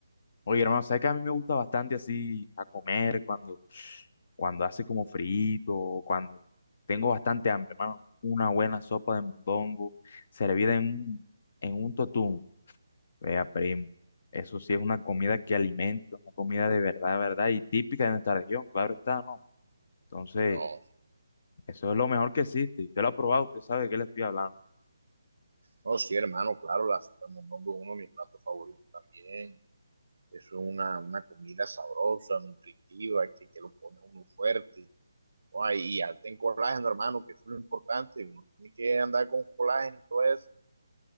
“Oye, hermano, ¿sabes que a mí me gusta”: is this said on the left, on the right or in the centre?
Left